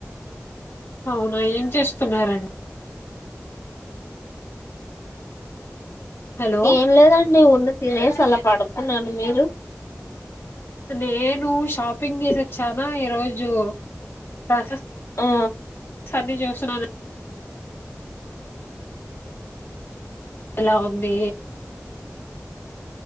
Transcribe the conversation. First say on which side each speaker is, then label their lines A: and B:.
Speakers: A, on the left; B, on the left.
A: అ ఆ ఏం చేస్తున్నారండి హలో
B: ఏం లేదండి ఉన్న తినే సల పడుకున్నాను మీరు
A: నేను షాపింగ్ చేసిచ్చొనా ఈ రోజు జో స
B: ఆ
A: సన్ని చూస్తున్నా తలా ఉంది